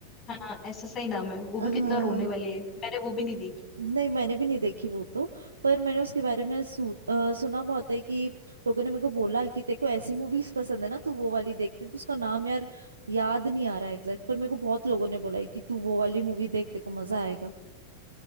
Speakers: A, on the left; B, on the right.
A: हाँ ऐसा सही नाम है वो
B: हाँ
A: भी कितना रोने वाली है मैंने वो भी नहीं देखी
B: नहीं मैंने भी नहीं देखी वो तो पर मैंने उसके बारे में सु, अ, सुना बहुत है कि लोगों ने मेरे को बोला कि तेरे को ऐसी मूवीज पसंद है ना तू वो वाली देख मेरे को उसका नाम यार याद नहीं आ रहा है एग्जैक्ट पर मेरे को बहुत लोगों ने बोला है कि तू वो वाली मूवी देख तेरे को मजा आएगा